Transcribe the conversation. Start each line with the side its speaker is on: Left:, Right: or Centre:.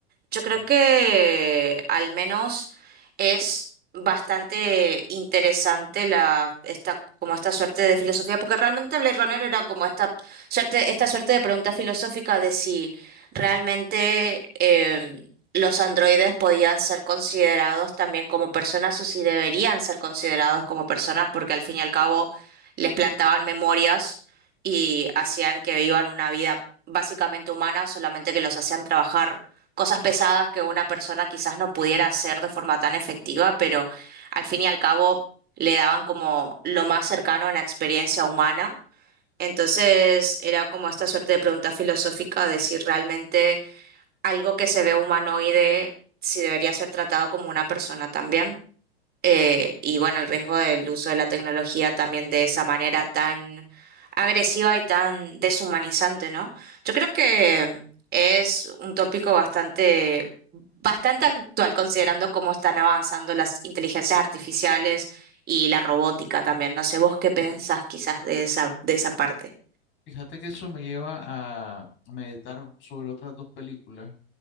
Right: Yo creo
Left: Ujú.
Right: que al menos es bastante interesante la esta como esta suerte de filosofía, porque realmente Blade Runner era como esta suerte esta suerte de pregunta filosófica de si realmente em, los androides podían ser considerados también como personas o si deberían ser considerados como personas, porque al fin y al cabo les plantaban memorias y hacían que vivan una vida básicamente humana, solamente que los hacían trabajar cosas pesadas que una persona quizás no pudiera hacer de forma tan efectiva, pero al fin y al cabo le daban como lo más cercano a la experiencia humana. Entonces era como esta suerte de pregunta filosófica de si realmente algo que se ve humanoide, si debería ser tratado como una persona también. Eh, y bueno, el riesgo del uso de la tecnología también de esa manera tan agresiva y tan deshumanizante, ¿no? Yo creo que es un tópico bastante, bastante actual, considerando cómo están avanzando las inteligencias artificiales y la robótica también. No sé, vos qué pensás quizás de esa, de esa parte.
Left: Fíjate que eso me lleva a meditar sobre otras dos películas